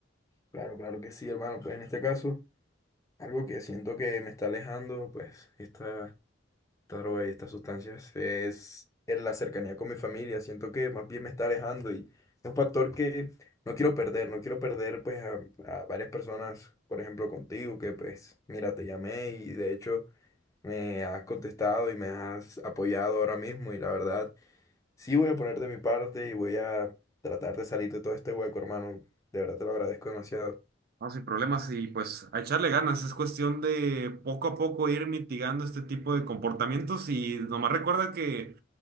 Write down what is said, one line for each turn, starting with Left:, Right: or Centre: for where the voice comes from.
Left: Claro, claro que sí, hermano. Pues en este caso, algo que siento que me está alejando, pues esta, esta droga y estas sustancias, es en la cercanía con mi familia. Siento que más bien me está alejando y es un factor que no quiero perder. No quiero perder pues a, a varias personas, por ejemplo contigo, que pues mira, te llamé y de hecho me has contestado y me has apoyado ahora mismo y la verdad, sí voy a poner de mi parte y voy a tratar de salir de todo este hueco, hermano. De verdad te lo agradezco demasiado.
Right: No, sin problemas y pues a echarle ganas, es cuestión de poco a poco ir mitigando este tipo de comportamientos y nomás recuerda que